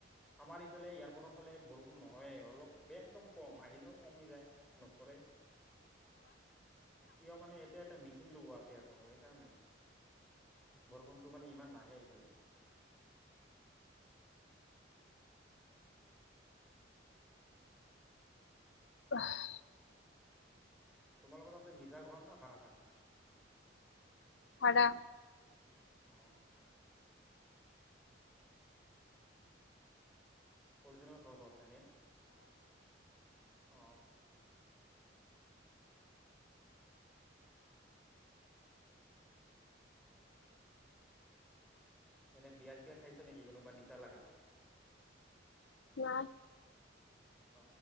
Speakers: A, in the centre; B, on the left.
A: আমাৰ ইফালে এয়াৰপৰ্টৰ ফালে বৰষুণ ন হয় অলপ বে একদম কম আহিলেও কমি যায় নপৰে কিয় মানে এতিয়া এটা মেচিন লগোৱা আছে এয়াৰপটৰ্ত সেইকাৰণেই বৰষুণতটো মানে ইমান নাহে এইফালে
B: অহ <unintelligible>
A: তোমালোকৰ তাতে নিজা ঘৰ না ভাড়া থাকা
B: ভাড়া
A: অহ অৰিজিনেল ঘৰ কত এনে অ এনে বিয়াৰ চিয়া খাইছা নেকি কোনোবা নিচা লাগা
B: না
A: অ